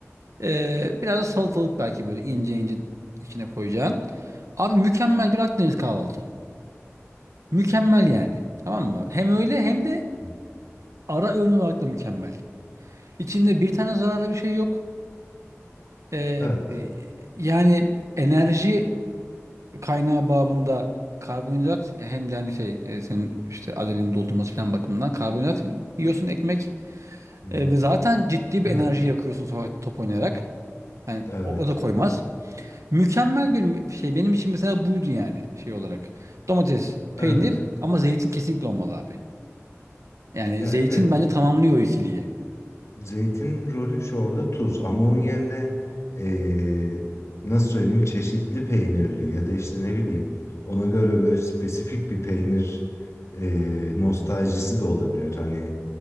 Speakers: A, on the right (about 80°); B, on the left (about 70°).
A: e, biraz da salatalık belki böyle ince ince içine koyacağın. Abi mükemmel bir Akdeniz kahvaltı. Mükemmel yani. Tamam mı? Hem öyle hem de
B: Hı.
A: ara öğün olarak da mükemmel. İçinde bir tane zararlı bir şey yok. Ee,
B: Evet.
A: e, yani enerji kaynağı babında karbonhidrat ya hem de hani şey e, senin işte adrenalin doldurması falan bakımından karbonhidrat yiyorsun ekmek
B: Hı hı.
A: E, ve zaten ciddi
B: Evet.
A: bir enerji yakıyorsun sokakta top oynayarak. Hani
B: Evet.
A: o, o da koymaz. Mükemmel bir mü- şey benim için mesela buydu yani şey olarak. Domates, peynir
B: Evet.
A: ama zeytin kesinlikle olmalı abi. Yani
B: Ya
A: zeytin
B: evet.
A: bence tamamlıyor o ikiliyi.
B: Zeytin rolü şu orada tuz ama onun yerine eee, nasıl söyleyeyim çeşitli peynirli ya da işte ne bileyim ona göre böyle spesifik bir peynir eee, nostaljisi de olabilir. Hani